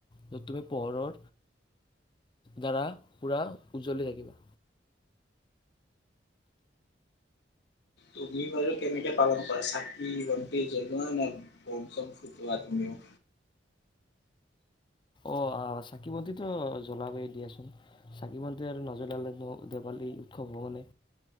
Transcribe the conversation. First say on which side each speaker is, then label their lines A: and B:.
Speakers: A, on the left; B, on the left.
A: য'ত তুমি পোহৰৰ দ্বাৰা পুৰা উজ্জ্বলি থাকিবা।
B: তুমি বাৰু কেনেকে পালন কৰা চাকি-বন্তি জ্বলোৱা নে বম চম ফুটোৱা তুমিও?
A: অঁ চাকি বন্তিটো জ্বলাবই দিয়াচোন। চাকি বন্তি আৰু নজ্বলালেনো দেৱালী উৎসৱ হ'ব নে।